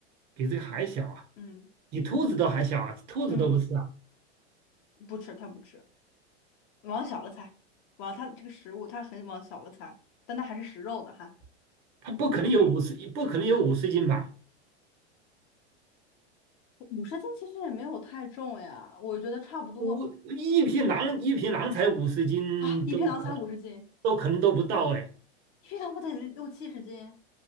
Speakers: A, on the right (about 30°); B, on the left (about 35°).
A: 比这个还小啊，
B: 嗯
A: 比兔子都还小啊，兔子都不是啊。
B: 嗯，不吃它不吃，往小了猜，往它这个食物它很往小了猜，但它还是食肉的哈。
A: 它不可能有五十，不可能有五十斤吧？
B: 五十斤其实也没有太重呀，我觉得差不多
A: 五一匹狼，一匹狼才五十斤，
B: 啊。一匹狼才五十斤，
A: 都可都可能都不到哎，
B: 一匹狼不得六七十斤